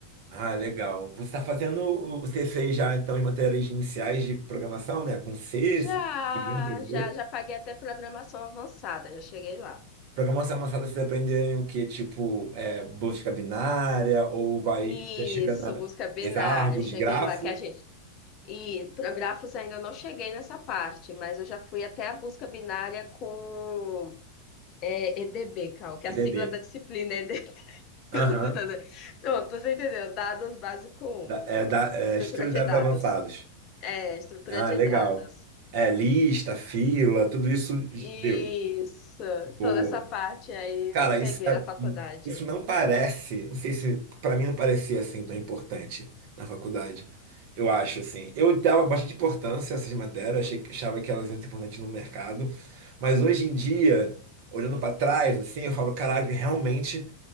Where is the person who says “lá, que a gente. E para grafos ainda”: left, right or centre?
Left